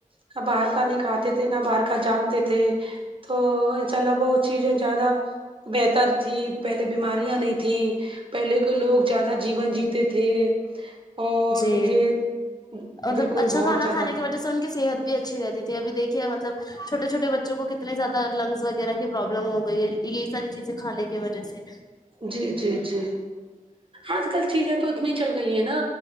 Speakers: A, on the right (about 40°); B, on the left (about 25°).
A: تھے باہر کا نہیں کھتے تھے نہ باہر کا جانتے تھے تو انشاء اللہ وہ چیزیں زیادہ بہتر تھی پہلے بیماریاں نہیں تھیں پہلے کے لوگ زیادہ جیون جیتے تھے اور
B: جی
A: یہ
B: مطلب
A: بالکل
B: اچھا
A: بہت
B: کھانا
A: زیادہ
B: کھانے کی وجہ سے ان کی صحت بھی اچھی رہتی تھی اب دیکھیے مطلب چھٹے چھوے بچوں کو اتنے زیادہ لنگس وغیرہ کی پروابلم ہو گئی یہی ساری چیزیں کھانے کی وجہ سے
A: جی جی جی آج کل چیزیں تو اتنی چل گئی ہے نا